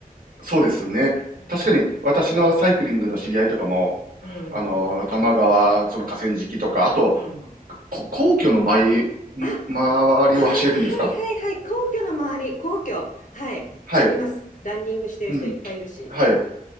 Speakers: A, on the right; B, on the left.
A: そうですね。
B: うん
A: 確かに、私のサイクリングの知り合いとかも、
B: うん、
A: あのー、多摩川、その河川敷とか、あとは、
B: うん。
A: こ皇居の前、
B: あ、
A: 周りを走れるんですか
B: あー、はいはいはい、皇居の周り、皇居、はい、
A: はい。
B: あります。ランニングしてる人いっぱいいるし。
A: うん。はい。